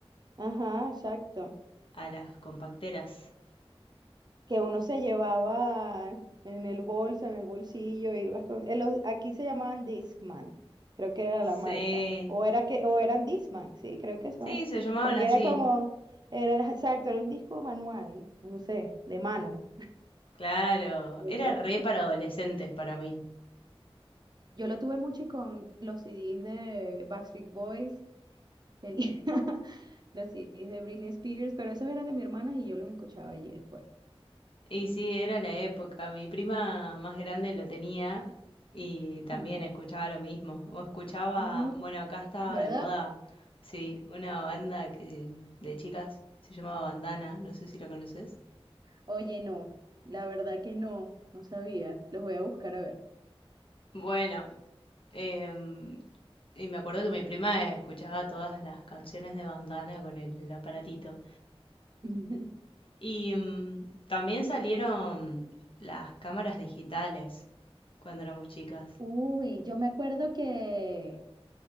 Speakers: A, on the right; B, on the left.
A: Ajá, exacto.
B: a las compacteras.
A: que uno se llevaba en el bolso, en el bolsillo, ibas con, en los- aquí se llamaban Discman, creo que era la marca,
B: Sí,
A: o era que, o eran Discman, sí, creo que son
B: sí,
A: así,
B: se llamaban
A: porque
B: así.
A: era como, era exacto, era un disco manual, no sé, de mano,
B: Claro,
A: digo yo.
B: era re para adolescentes para mí.
A: Yo lo tuve mucho y con los CDs de Backstreet Boys, tenía <laughs> los CDs de Britney Spears, pero esos eran de mi hermana y yo los escuchaba allí después.
B: Y sí, era la época. Mi prima más grande lo tenía y también
A: Ujú.
B: escuchaba lo mismo. O escuchaba,
A: Mm,
B: bueno, acá estaba
A: ¿Verdad?
B: de moda, sí, una banda que de chicas se llamaba Bandana, no sé si la conoces.
A: Oye, no, la verdad que no, no sabía. Los voy a buscar a ver.
B: Bueno, em, y me acuerdo que mi prima escuchaba todas las canciones de Bandana con el aparatito.
A: <laughs>
B: Y mm, también salieron las cámaras digitales cuando éramos chicas.
A: Uy, yo me acuerdo que,